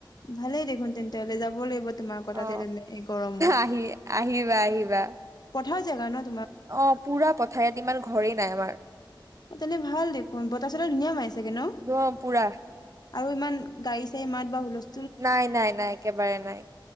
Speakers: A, on the left (about 55°); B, on the right (about 40°).
A: ভালেই দেখোন তেন্তে হলে যাব লাগিব। তোমালোকৰ তাতে
B: অ,
A: তেনে এই গৰমত।
B: আহি-আহিবা, আহিবা ।
A: <unintelligible>
B: অ, পুৰা পথাৰত ইমান ঘৰেই নাই আমাৰ।
A: অ, তেনে ভাল দেখোন বতাহ -চতাহ ধুনীয়া মাৰে চাগে ন।?
B: অ পুৰা
A: আৰু ইমান গাড়ী- চাঢ়ি মাত বা হুলস্থ,
B: নাই, নাই, নাই একেবাৰে নাই।